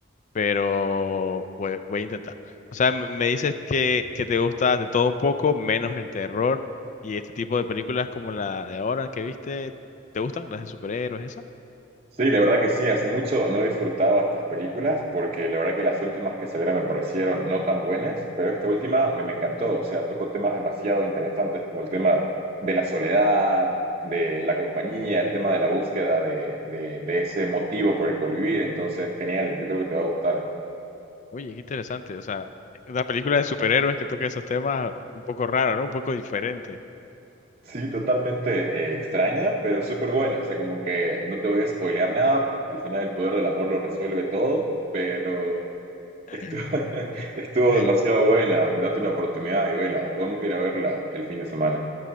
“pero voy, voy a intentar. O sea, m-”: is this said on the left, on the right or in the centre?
Left